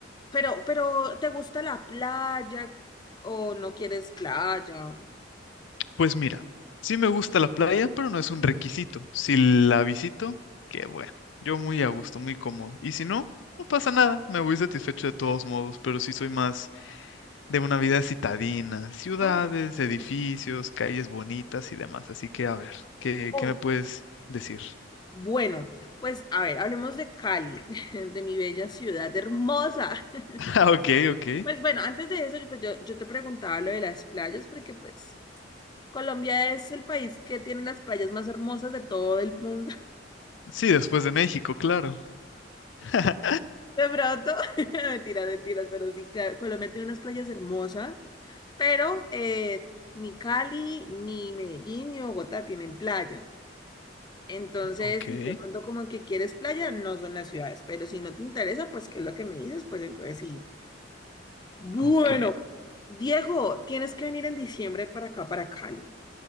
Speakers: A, on the left; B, on the left.
A: pero, pero, ¿te gusta la playa o no quieres playa?
B: Pues mira, sí me gusta la playa, pero no es un requisito. Si la visito, qué bueno. Yo muy a gusto, muy cómodo. Y si no, no pasa nada, me voy satisfecho de todos modos, pero sí soy más de una vida citadina, ciudades,
A: Oh Ok.
B: edificios, calles bonitas y demás. Así que, a ver, ¿qué,
A: Oh,
B: qué me puedes decir? <laughs>
A: Bueno, pues a ver, hablemos de Cali, <laughs> de mi bella ciudad hermosa. <laughs>
B: Ah, ok, ok.
A: Pues bueno, antes de eso, yo- pues yo, yo te preguntaba lo de las playas, porque pues Colombia es el país que tiene las playas más hermosas de todo el mundo.
B: Sí, después de México, claro. <laughs>
A: <laughs> De pronto, <laughs> mentiras, mentiras, pero sí, claro, Colombia tiene unas playas hermosas, pero eh, ni Cali, ni Medellín, ni Bogotá tienen playa. Entonces,
B: Ok.
A: si tú de pronto como que quieres playa, no son las ciudades, pero si no te interesa, pues qué es lo que me dices, pues entonces sí. Bueno,
B: Ok.
A: Diego, tienes que venir en diciembre para acá, para Cali.